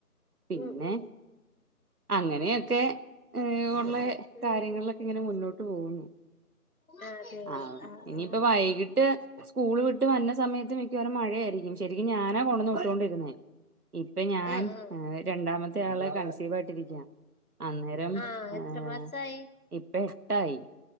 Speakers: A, on the right; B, on the left.
A: പിന്നെ
B: ഉം ഉം ഉം
A: അങ്ങനെയൊക്കെ ഏഹ്
B: അങ്ങനെ
A: കാര്യങ്ങളിലൊക്കെ
B: പോണു
A: ഇങ്ങനെ മുന്നോട്ട് പോകുന്നു
B: അതെ
A: ആഹ് ഇനിയിപ്പ
B: ആഹ്
A: വൈകിട്ട് സ്കൂൾ വിട്ട് വന്ന സമയത്ത് മിക്കവാറും മഴയായിരിക്കും ശരിക്കും ഞാനാ കൊണ്ട്ന്ന് വിട്ടോണ്ടിരുന്നേ ഇപ്പൊ ഞാൻ
B: ആഹ് ആഹ്
A: രണ്ടാമത്തെ മറ്റേ ആളെ കൺസീവ് ആയിട്ടിരിക്കാ അന്നേരം
B: ആഹ്
A: ഏഹ്
B: എത്ര മാസായി
A: ഇപ്പ എട്ടായി